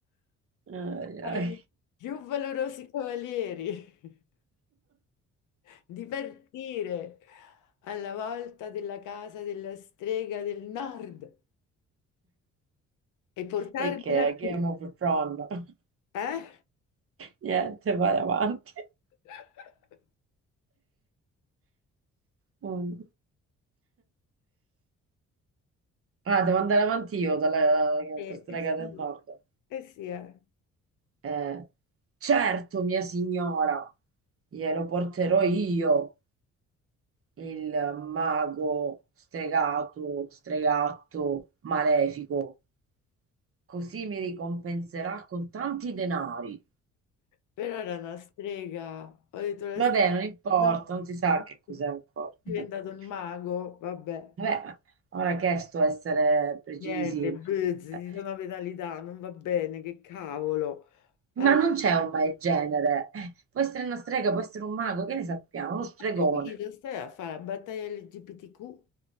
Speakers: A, on the right (about 45°); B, on the left (about 80°).
A: Ai,
B: ai
A: ai.
B: più valorosi cavalieri <laughs> di partire alla volta della casa della strega del nord e portarmela
A: Perché è Game
B: qui.
A: of Thrones. <laughs>
B: Eh?
A: Niente, vai avanti.
B: <laughs>
A: Mm. Ah, devo andare avanti io dalla
B: Eh
A: strega
B: sì,
A: del nord.
B: eh sì, eh.
A: Eh, certo, mia signora, glielo porterò io, il mago stregato, stregatto, malefico. Così mi ricompenserà con tanti denari.
B: però era una strega. Ho detto la
A: Vabbè,
B: strega,
A: non importa,
B: no,
A: non si sa che cos'è
B: è
A: ancora.
B: diventato
A: <laughs>
B: un mago, vabbè.
A: Vabbè, ora che è sto essere precisi,
B: Niente, buzz, ci
A: Eh,
B: sono penalità, non va bene, che cavolo. Allora,
A: ma non c'è ormai il genere. Eh, Può essere una strega, può essere un mago, che ne sappiamo? Uno stregone.
B: ho capito, stai a fare la battaglia LGBTQ?